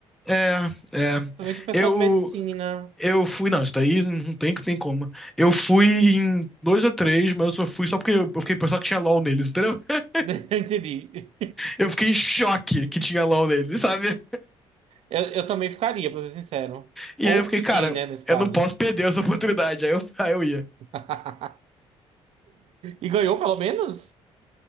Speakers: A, in the centre; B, on the right (about 60°).
A: É, é.
B: Principalmente o pessoal
A: Eu,
B: de medicina.
A: eu fui, não, isso daí não tem, tem como. Eu fui em dois ou três, mas eu só fui só porque eu, eu fiquei pensando que tinha LoL neles, entendeu? <laughs>
B: <laughs> Entendi.
A: Eu fiquei em choque que tinha LoL neles, sabe?
B: Eu, eu também ficaria, pra ser sincero.
A: E
B: Ou
A: aí eu fiquei,
B: fiquei,
A: cara,
B: né, nesse caso.
A: eu não posso perder essa oportunidade. Aí eu, <laughs> aí eu ia.
B: <laughs> E ganhou pelo menos?